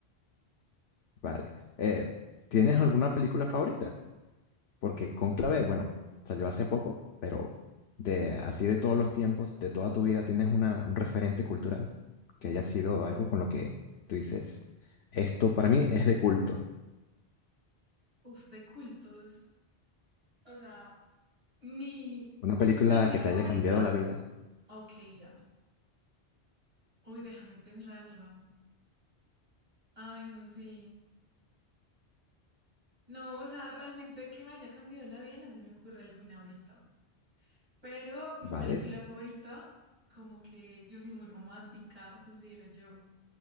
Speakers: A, on the left; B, on the right.
A: Vale. Eh, ¿tienes alguna película favorita? Porque Cónclave, bueno, salió hace poco, pero de así de todos los tiempos, de toda tu vida, ¿tienes una, un referente cultural que haya sido algo con lo que tú dices, esto para mí es de culto?
B: Uf, de cultos. O sea, mi,
A: Una película
B: mi película
A: que te
B: favorita,
A: haya cambiado la vida,
B: ok, ya. Uy, déjame pensarlo. Ay, no sé. No, o sea, realmente que me haya cambiado la vida, no se me ocurre alguna ahorita. Pero mi
A: ¿vale?
B: película favorita, como que yo soy muy romántica, considero yo.